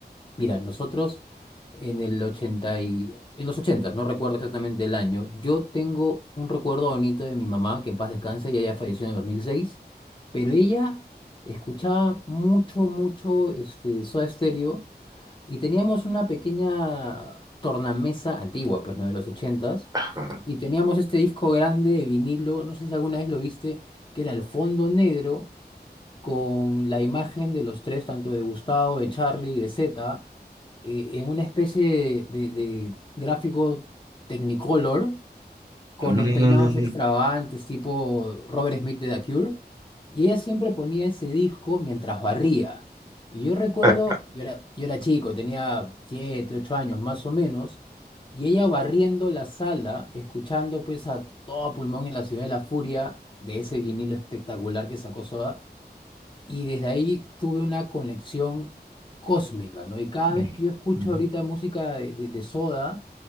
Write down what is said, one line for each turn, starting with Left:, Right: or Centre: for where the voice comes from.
Left: Mira, nosotros en el 80, y, en los 80, no recuerdo exactamente el año, yo tengo un recuerdo bonito de mi mamá, que en paz descanse, y ella falleció en el 2006, pero ella escuchaba mucho, mucho este, Soda Stereo y teníamos una pequeña tornamesa antigua, pues, ¿no? De los 80
Right: ajá,
Left: y teníamos este disco grande de vinilo, no sé si alguna vez lo viste, que era el fondo negro con la imagen de los tres, tanto de Gustavo, de Charlie y de Z, eh, en una especie de, de- gráfico Technicolor, con
Right: mm,
Left: los peinados extravagantes, tipo Robert Smith de The Cure, y ella siempre ponía ese disco mientras barría. Y yo recuerdo,
Right: ah.
Left: yo era, yo era chico, tenía 7 8 años más o menos, y ella barriendo la sala, escuchando pues a todo pulmón en la ciudad de la furia de ese vinilo espectacular que sacó Soda. Y desde ahí tuve una conexión cósmica, ¿no? Y cada
Right: Mm,
Left: vez que yo escucho
Right: mm,
Left: ahorita música de, de- de Soda,